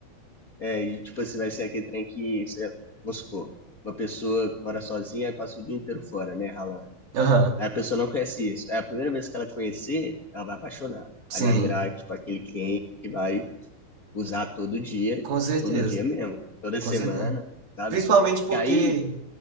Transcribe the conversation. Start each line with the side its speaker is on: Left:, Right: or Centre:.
Left: É, e tipo assim, vai ser aquele trem que, você, vamos supor, uma pessoa mora sozinha e passa o dia inteiro fora, né, ralando.
Right: Aham,
Left: Aí a pessoa não conhece isso. É a primeira vez que ela conhecer, ela vai apaixonar.
Right: sim,
Left: Aí vai virar, tipo, aquele cliente que vai usar todo dia,
Right: com certeza,
Left: todo dia mesmo, toda
Right: com
Left: semana,
Right: certeza.
Left: sabe?
Right: Principalmente porque
Left: Que aí,